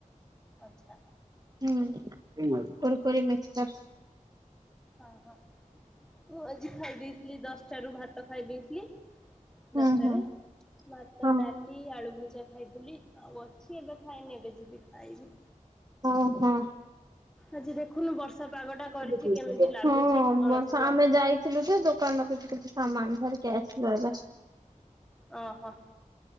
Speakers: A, in the centre; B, on the right.
A: ଆଚ୍ଛା।
B: ହୁଁ <unintelligible> କୋର୍କୋରି ମିଶ୍ଚର।
A: ଅହ ମୁଁ ଆଜି ଖାଇ ଦେଇଥିଲି ଦଶଟାରୁୁ ଭାତ ଖାଇ ଦେଇଥିଲି।
B: ହଁ ହୁଁ
A: ଦଶଟାରେ
B: ହୁଁ
A: ଭାତ
B: ହଁ
A: ଡାଲି ଆଳୁ ଭଜା ଖାଇଥିଲି ଆଉ ଅଛି ଏବେ ଖାଇନି ଏବେ ଯିବି ଖାଇବି।
B: ଅ ହଁ।
A: ଆଜି ଦେଖୁନୁ ବର୍ଷା ପାଗ ଟା କରିଛି
B: <inaudible>
A: କେମିତି ଲାଗୁଛି
B: ହଁ
A: ଅଳସୁଆ
B: ବର୍ଷ ଆମେ ଯାଇଥିଲୁ ଯେ ଦୋକାନ ର କିଛି କିଛି ସାମାନ ଧରିକି ଆସିଲୁ ଏବେ।
A: ଅହୋ।